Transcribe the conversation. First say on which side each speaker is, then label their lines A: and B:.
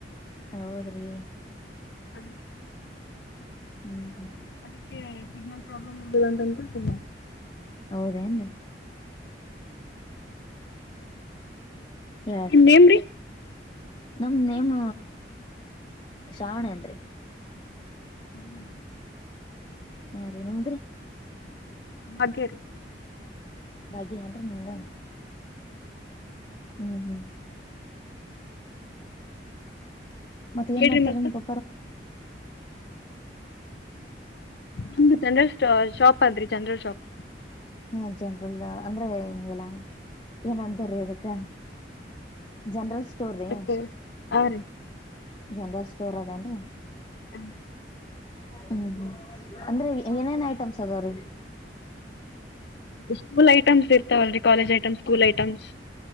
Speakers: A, on the left; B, on the left.
A: ಹೌದ್ರಿ
B: ಹಾಂ
A: ಹ್ಮ್ ಹ್ಮ್
B: ಅದಕ್ಕೆ ಸಿಗ್ನಲ್ ಪ್ರಾಬ್ಲಮ್ ಇರ್ಬೋದು ಅಂತ ಅನ್ಕೊಂಡು ತಿ
A: ಹೌದೇನ್ರೀ ಎಡ್
B: ನಿಮ್ಮ ನೇಮ್ ರೀ
A: ನಮ ನೇಮ್ ಶ್ರಾವಣಿ ಅಂತ್ರಿ
B: <inaudible>
A: ಹಾ ರಿ ನಿಮ್ದ್ ರಿ
B: ಭಾಗ್ಯ ರೀ
A: ಭಾಗ್ಯ ಏನ್ರಿೀ ನಿಮ್ದ ಹ್ಮ್ ಹ್ಮ್ ಮತ್ತೆ ಏನ್
B: ಹೇಳ್ರಿ
A: ಮಾಡ್ತಾರ
B: ಮತ್ತೆ
A: ನಿ ಪ
B: ನಮ್ದು ಜನ್ರಲ ಶಾಪ್ ಆದ್ರಿ ಚನ್ರಲ್ ಶಾಪ್
A: ಹ ಜನ್ರಲ್ ಅಂದ್ರೆ ಎಲ ಏನಂತಾರಿ ಅದಕ್ಕ. ಜನರಲ್ ಸ್ಟೋರ್ ರೀ
B: ಮತ್ತೆ ಆ ರೀ
A: ಜನರಲ್ ಸ್ಟೋರ್ ಅದೇನ್ರರಿ.
B: ಹ್ಮ
A: ಹ್ಮ್ ಹ್ಮ್ ಅಂದ್ರೆ ಏನೇನ್ ಐಟಮ್ಸ್ ಅದಾವ್ರೀ.
B: ಸ್ಕೂಲ್ ಐಟಮ್ಸ್ ಇರ್ತಾವಲ್ರಿ ಕಾಲೇಜ್ ಐಟಮ್ಸ್. ಕೂಲ್ ಐಟಮ್ಸ್